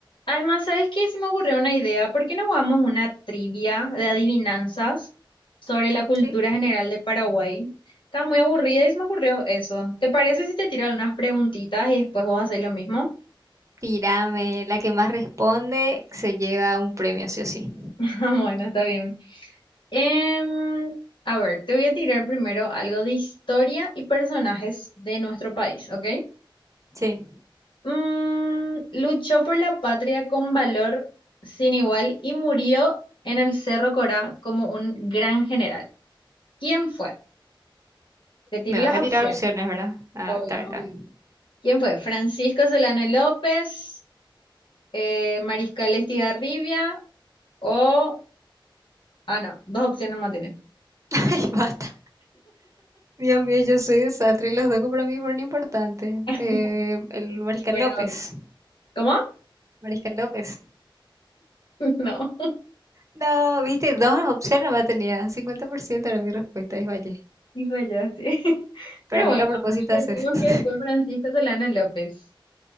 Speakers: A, on the left; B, on the right.
A: Alma, ¿sabes qué? Se me ocurrió una idea. ¿Por qué no jugamos una trivia de adivinanzas sobre la cultura
B: Sí,
A: general de Paraguay? Estaba muy aburrida y se me ocurrió eso. ¿Te parece si te tiro algunas preguntitas y después vos haces lo mismo?
B: tírame. La que más responde se lleva un premio, sí o sí.
A: <laughs> Bueno, está bien. Em, a ver, te voy a tirar primero algo de historia y personajes de nuestro país, ¿ok?
B: Sí,
A: Mm, luchó por la patria con valor sin igual y murió en el Cerro Corá como un gran general. ¿Quién fue? Te tiro
B: me
A: las
B: vas a
A: opciones.
B: tirar opciones, ¿verdad? Ah,
A: Obvio,
B: está bien, está
A: obvio.
B: bien.
A: ¿Quién fue? Francisco Solano López, eh, Mariscal Estigarribia o... Ah, no, dos opciones más tiene.
B: <laughs> Ay, basta. Dios mío, yo soy desastre. Los dos para mí fueron importantes.
A: <laughs>
B: Eh, el Mariscal
A: Sí, pero...
B: López.
A: ¿Cómo?
B: Mariscal López.
A: <laughs> No.
B: No, viste,
A: Fallaste.
B: dos opciones más tenía. 50% era mi respuesta. Y vaya.
A: Sí, fallaste. <laughs>
B: Para
A: Pero
B: mí,
A: bueno,
B: ¿qué a propósito haces?
A: decimos
B: <laughs>
A: que fue Francisco Solano López.